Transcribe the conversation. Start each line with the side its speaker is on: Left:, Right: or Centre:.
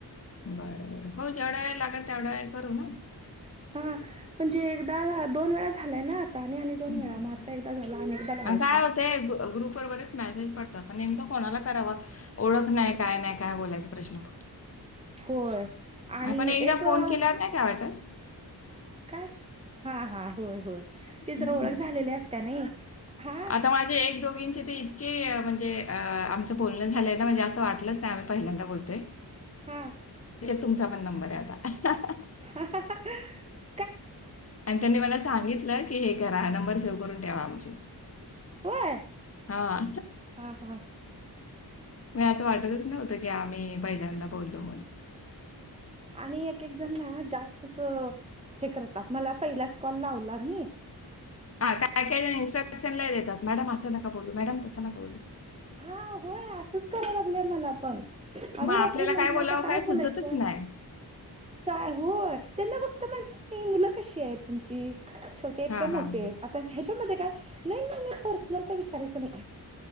Left: बर बर हो जेवढा वेळ लागेल तेवढा वेळ करू ना...
Right: हा म्हणजे एकदा दोन वेळा झालाय ना.. आणि, आणि, दोन
Left: हम्म.
Right: वेळा मग आता एकदा झाला आणि एकदा करायचा.
Left: काय होते ग्रुपवर बरेच मेसेज पडतात प नेमकं कोणाला करावा, ओळख नाही, काय नाही, काय बोलायचा प्रश्न पडतो.
Right: होय, आणि
Left: नाही पण एकदा
Right: एकऽऽ
Left: फोन केल्यावर नाही काय वाटत
Right: काय? हा, हा, होय, होय ति जरा
Left: हम्म.
Right: ओळख झालेली असत नाही. हा
Left: आता माझे एक दोघींची ती जे ऽऽम्हणजे अंऽआमच बोलण झालंय ना, म्हणजे असं वाटलंच नाही आम्ही पहिल्यांदा बोलतोय.
Right: हम
Left: तुमचा पण नंबरय आता. हह
Right: हहहहह
Left: आणि त्यांनी मला सांगितलं की हे करा, नंबर सेव्ह करून ठेवा आमची.
Right: होय!
Left: हा.
Right: हा हा
Left: म असं वाटतचं नव्हतं की आम्ही पहाल्यांदा बोललो.
Right: आणि एक एक जणना जास्त असं. हे करतात, मला पहिल्याच कॉल लावला नी
Left: हां, काय, काय जणं इन्स्ट्रक्शन लय देतात, मॅडम असं नका बोलू, मॅडम तसं नका बोलू,
Right: हा, होय, असंच कराव लागल्या मला पण. अरे
Left: मग आपल्याला
Right: बापरे! म्हंटलं
Left: बोलावं
Right: आता काय बोलायचं.
Left: सुचतच नाही.
Right: काय, होय, त्यांना बघऽऽ आता म्हटलं की,, मुलं कशीय आहेत तुमची,, छोटीयत
Left: हां,
Right: का
Left: हां.
Right: मोठीयत, आता ह्याच्यामध्ये नाही, नाही, नाही, पर्सनल काय विचारायच नाही,